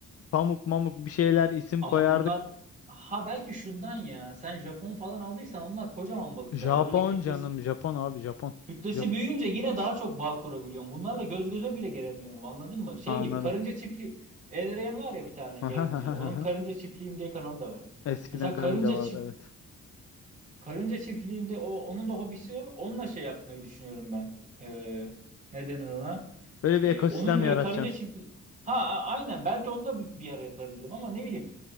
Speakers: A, on the left; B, on the right.
A: Pamuk, Mamuk bir şeyler isim
B: ama
A: koyardık.
B: bunlar ha belki şundan ya. Sen Japon falan aldıysan onlar kocaman balıklar.
A: Japon
B: Böyle kütlesi
A: canım Japon abi Japon.
B: kütlesi
A: Jap
B: büyüyünce yine daha çok bağ kurabiliyorum. Bunlarla göz göze bile gelemiyorum. Anladın mı? Şey
A: anladım.
B: gibi karınca çiftliği Elrayan var ya bir tane
A: <laughs>
B: yayıncı. Onun karınca çiftliğim diye kanalı da var.
A: Eskiden
B: Mesela
A: karınca
B: karınca
A: vardı
B: çift
A: evet.
B: Karınca çiftliğimde o onun da hobisi o. Onunla şey yapmayı düşünüyorum ben. Ee, ne denir ona?
A: Böyle
B: Ee,
A: bir ekosistem
B: onun böyle
A: yaratacaksın.
B: karınca çiftliği Ha a- aynen belki onu da bir, bir ara yaparım dedim ama ne bileyim